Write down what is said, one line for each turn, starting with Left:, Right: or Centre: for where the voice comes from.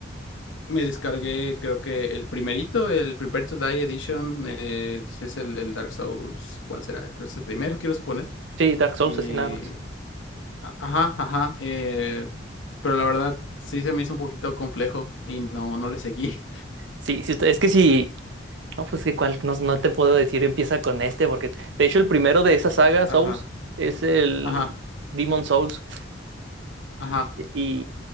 Left: me descargué, creo que el primerito, el Prepare to Die Edition, eh, ese es el, el Dark Souls, ¿cuál será? Creo que es el primero, quiero suponer.
Right: Sí, Dark Souls,
Left: y
Right: así nada más.
Left: a- Ajá, ajá. eh, pero la verdad sí se me hizo un poquito complejo y no, no le seguí.
Right: Sí, sí está- es que sí No, pues que cual, no, no te puedo decir, empieza con este, porque de hecho el primero de esa saga,
Left: <laughs> Ajá,
Right: Souls, es el
Left: ajá,
Right: Demon Souls,
Left: ajá.
Right: y